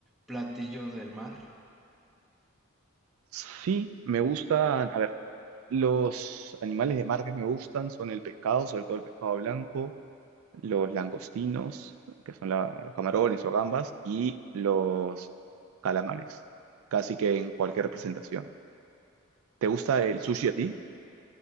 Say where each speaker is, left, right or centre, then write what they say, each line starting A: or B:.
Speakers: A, in the centre; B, on the right (about 75°).
A: platillo del mar?
B: Sí, me gustan, a ver, los animales de mar que me gustan son el pescado, sobre todo el pescado blanco, los langostinos, que son la- los camarones o gambas, y los calamares, casi que en cualquier representación. ¿Te gusta el
A: Híjole,
B: sushi a ti?